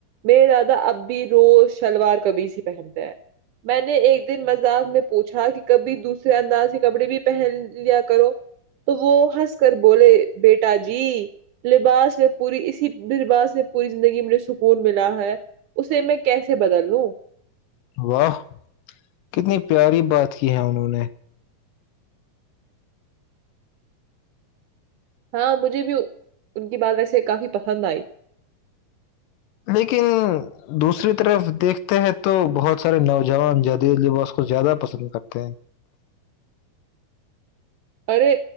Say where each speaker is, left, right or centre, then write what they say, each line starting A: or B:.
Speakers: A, on the right; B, on the left.
A: میرے دادا اب بھی روز شلوار کمیض ہی پہنتے ہیں میں نے ایک دن مزاق میں پوچھا کہ کبھی دوسرے انداز کے کپڑے بھی پہن لیا کرو تو وہ ہنس کر بولے بیٹا جی لباس میں پوری اسی لباس میں پوری زندگی مجھے سکون ملا ہے اسے میں کیسے بدل لوں
B: واہ کتنی پیاری بات کی ہے انہوں نے
A: ہاں مجھے بھی ان کی بات ویسے کافی پسند آئی
B: لیکن دوسری طرف دیکھتے ہیں تو بہت سارے نوجوان جدید لباس کو زیادہ پسند کرتے ہیں
A: ارے